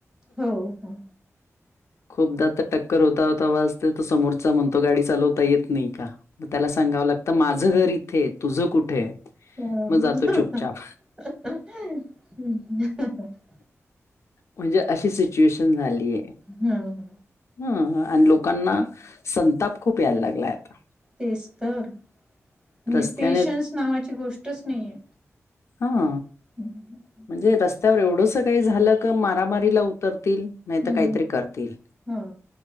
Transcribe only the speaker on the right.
हो हो.
हा
हा.
हं ह.
तेच तर म्हणजे
पेशन्स नावाची गोष्टच नाहीेये.
अहं.
हम्म
हो